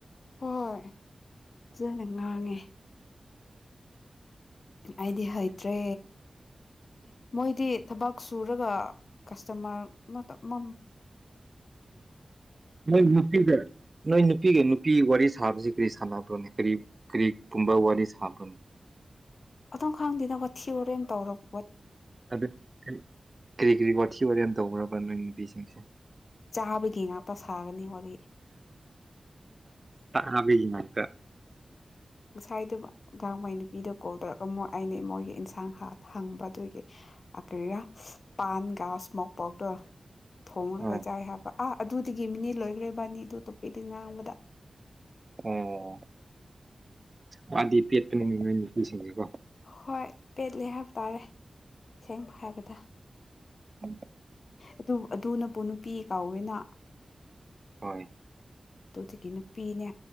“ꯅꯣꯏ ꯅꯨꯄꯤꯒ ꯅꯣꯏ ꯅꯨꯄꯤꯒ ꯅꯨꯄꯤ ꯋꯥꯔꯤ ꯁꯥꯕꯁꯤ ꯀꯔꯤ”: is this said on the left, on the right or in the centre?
Right